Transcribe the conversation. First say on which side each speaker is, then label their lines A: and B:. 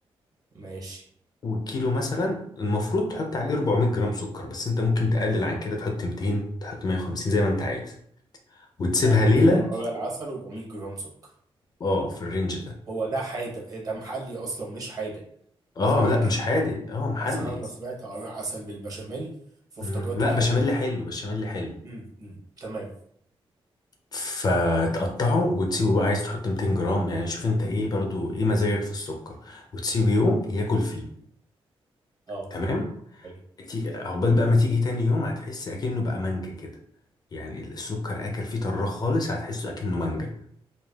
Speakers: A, on the right; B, on the left.
A: ماشي
B: والكيلو مثلا المفروض تحط عليه 400 جرام سكر بس انت ممكن تقلل عن كده تحط 200 تحط 150 زي ما انت عايز وتسيبها
A: يعني
B: ليله
A: كيلو القرع العسل و400 جرام سكر
B: اه في الرينج ده
A: هو ده حادق إيه، ده محلي اصلا مش حادق
B: اه
A: صح
B: لا
A: كده
B: مش حادق اه محلي
A: اصل انا لما سمعت قرع عسل بالبشاميل فافتكرته
B: مم. لا
A: حادق
B: بشاميل حلو بشاميل حلو
A: امم تمام
B: فتقطعه وتسيبه بقى عايز تحط 200 جرام يعني شوف انت ايه برضو ايه مزاجك في السكر وتسيبه يوم ياكل فيه
A: اه
B: تمام
A: حلو
B: تي- عقبال بقى ما تيجي تاني يوم هتحس اكنه بقى مانجا كده يعني السكر اكل فيه طراخ خالص هتحسه اكنه مانجا